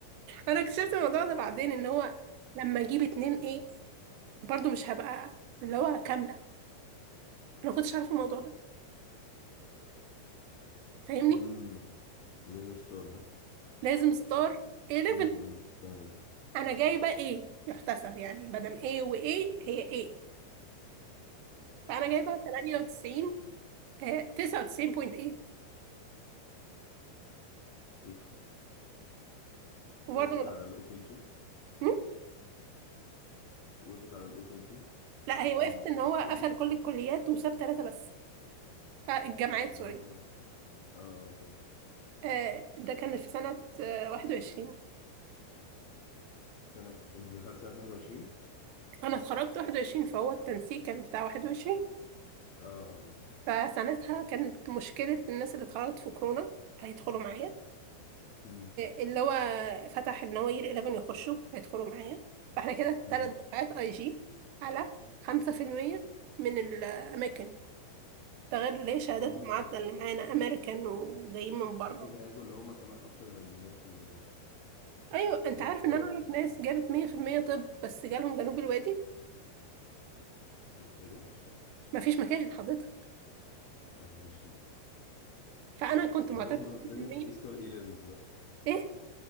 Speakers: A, on the right; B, on the left.
A: انا اكتشفت الموضوع ده بعدين ان هو لما اجيب اتنين ايه برضو مش هبقى اللي هو كاملة انا ما كنتش عارفة الموضوع ده فاهمني
B: مم. لازم ستور ها؟
A: لازم ستار ايه ليفل
B: مم. مم. فاهم قصدي؟
A: انا جايبة ايه يحتسب يعني مادام ايه وايه هي ايه فانا جايبة 98 آه 99.8
B: مم.
A: وبرضه
B: وقفت
A: ما دخل-
B: على الاوبن 2
A: هم؟
B: وقفت على الاوبن 2
A: لا
B: علشان
A: هي وقفت ان
B: تتقبل
A: هو قفل كل الكليات وساب ثلاثة بس آه الجامعات سوري
B: اه اه آه، فعلا
A: آه ده كان في سنة آه 21
B: السنة انت دخلت سنة 21
A: انا اتخرجت 21 فهو التنسيق كان بتاع 21
B: اه اه اه
A: فسنتها كانت مشكلة الناس اللي اتخرجت في كورونا هيدخلوا معايا
B: مم.
A: اللي هو فتح ان هو يير 11 يخشوا هيدخلوا معايا فاحنا كده
B: مم.
A: ثلاث دفعات اي جي على 5% من الاماكن ده غير اللي هي شهادات
B: اه
A: المعادلة اللي معانا أمريكان وجايين من بره
B: فاكيد هياخدوا اللي هم كمان اكتر من 100%
A: أيوة أنت
B: اللي هم
A: عارف
B: ستارات
A: إن أنا أعرف ناس جابت مية في المية طب بس جالهم جنوب الوادي
B: ال- ايه ده
A: مفيش مكان حضرتك
B: يا نهار اسود
A: فأنا كنت معتمدة
B: ما هو لازم لازم
A: مية في المية
B: اي ستار اي ليفلز بقى
A: إيه